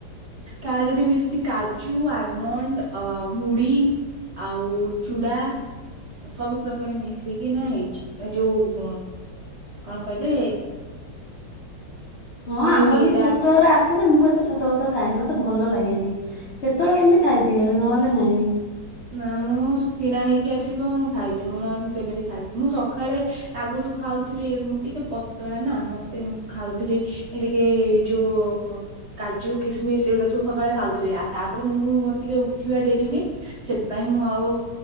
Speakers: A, on the right; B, on the left.
A: ତା ଦେହରେ ମିଶିଛି କାଜୁ, ଆଲମଣ୍ଡ, ଅଁ ମୁଢି। ଆଉ ଚୁଡ଼ା। ସବୁ ପ୍ରକାର ମିଶେଇକି ନାଁ ହେଇଛି ଏ ଯୋଉ କଣ କହିଲେ?
B: ହଁ
A: ସେ
B: ଆମର
A: ଯୋଉଁ ଇଏ
B: ବି ଛତୁଆ ଉରା ଆସେ ଯେ ମୁଁ ମୁଁ ଏତେ ଛତୁଆ ମତୁଆ ଖାଏନି ମତେ ଭଲ ଲାଗେନି କେତେବେଳେ କେମିତି ଖାଇଦିଏ ନହେଲେ ନାଇଁ।
A: ନା ମୁଁ କିଣା ହେଇକି ଆସିବ ମୁଁ ଖାଇବି ମୁଁ ନହେଲେ ସେମିତି ଖାଇବିନି ମୁଁ ସଖାଳେ ଆଗରୁ ଖାଉଥିଲି ମୁଁ ଟିକେ ପତଳା ନା ମତେ ମୁଁ ଖାଉଥିଲି ଏଟିକେ ଯୋଉ କାଜୁ କିସମିସ୍ ଏଇଗୁଡା ସବୁ ସକାଳେ ଖାଉଥିଲି ଆଉ ତାପରେ ମୁଁ ମୋର ଟିକେ ଉଠିବା ଡେରି ହୁଏ। ସେଥିପାଇଁ ମୁଁ ଆଉ